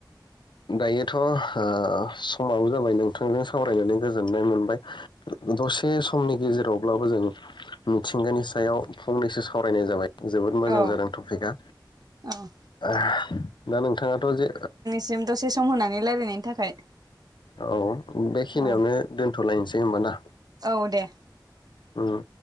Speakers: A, on the left; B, on the right.
A: दायोथ ओ समाबो जाबाय नोंथांजों सावरायनानै गोजोननाय मोनबाय दसे समनि गेजेरावब्लाबो जों मिथिंगानि सायाव फंनैसो सावरायनाय जाबाय। जोबोद मोजां
B: औ
A: जादों टपिकआ
B: औ
A: आहह दा नोंथाङाथ' जे
B: सिम दसे सम होनानै रायलायनायनि थाखाय
A: औ बेखिनियावनो
B: औ
A: दोनथलायनोसै होमबाना
B: औ दे
A: औ